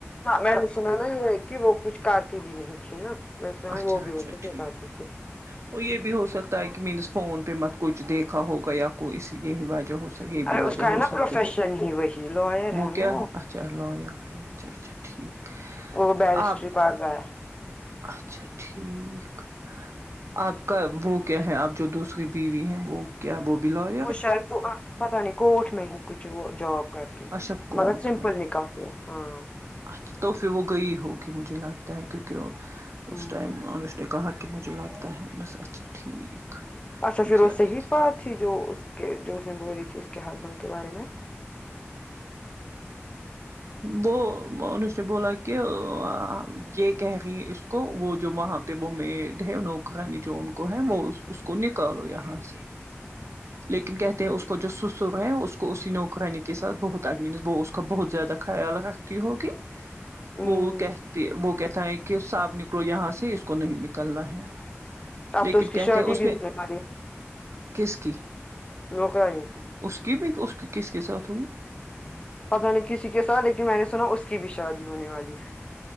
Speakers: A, on the left; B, on the right.
A: میں نے سنا نا یہ ہے کہ وہ کچھ کرتی بھی نہیں تھی نا میں سنا ہے
B: اچھا
A: وہ بھی
B: اچھا
A: ہوگتاتی
B: ٹھیک
A: سے
B: اور یہ بھی ہو سکتا ہے کہ مینس فون پہ مت کچھ دیکھا ہوگا یا کوئی سی یہی وجہ ہو یہ بھی
A: ارے اس
B: وجہ
A: کا ہے
B: ہو
A: نا
B: سکتی
A: پروفیشن ہی وہی لوئر
B: وہ
A: ہے نا
B: کیا اچھا لیا ہے اچھا اچھا ٹھیک
A: وہ بیرسٹری
B: اب
A: پڑھ رہا ہے
B: اچھا ٹھیک آپ کا وہ کیا ہے آپ جو دوسری بیوی ہیں وہ کیا وہ بھی لاے
A: وہ شاید کو نہ پتہ نہیں کوٹ میں ہی کچھ وہ جاب کر تی ہے
B: اشک کوٹ
A: مگر سمپل
B: میں
A: نکاح کیا ہاں
B: اچھا تو پھر وہ گئی ہوگی مجھے لگتا ہے کیونکہ
A: ہ
B: اس ٹائم آنس نے کہا کے مجھ لگتا ہے بس اچھا ٹھیک
A: اچھا پھر وہ
B: جائے
A: صحیح
B: گی
A: بات تھی جو اس کے جو اس نے بولی تھی اس کے ہسبنڈ کے بارے میں
B: وہ و ان سے بولا اں ا یہ کہہ گی اس کو وہ جو وہاں پہ وہ میڈ ہے نوکرانی جو ان کو ہے وہ اس کو نکالو یہاں سے لیکن کہتے ہیں اس کو جو سسر ہے اس کو اسی نوکرانی کے ساتھ بہت ایڈمینس وہ اس کا بہت زیادہ خیال رکھتی ہوگی
A: ہ
B: وہ کہتے وہ کہتا ہے کہ سب نکلو یہاں سے اس کو نہیں نکلنا ہے
A: اب
B: لیکن
A: تو کی
B: کہتے
A: شادی
B: اس
A: بھی
B: نے
A: ہونے والی ہے
B: کس کی
A: نوکرانی کی
B: اس کی بھی اس کس کے ساتھ ہو
A: پتہ نہیں کسی کے ساتھ لیکن میں نے سنا اس کی بھی شادی ہونے والی ہے